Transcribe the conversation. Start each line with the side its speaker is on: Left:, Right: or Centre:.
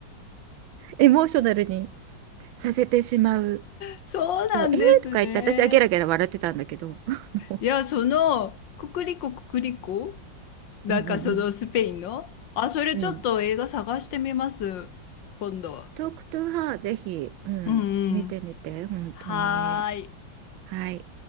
Right: エモーショナルにさせてしまう。
Left: そうなんですね。
Right: とえーとか言って私はゲラゲラ笑ってたんだけど。<laughs>
Left: いや、その、ククリコククリコなんかそのスペインのあ、
Right: うんうん
Left: それちょっと映画探してみます。
Right: うんうん。
Left: 今度。
Right: トークトゥーハーぜひ、うん、
Left: うんうん。
Right: 見てみて、本当に。
Left: はーい。
Right: はい。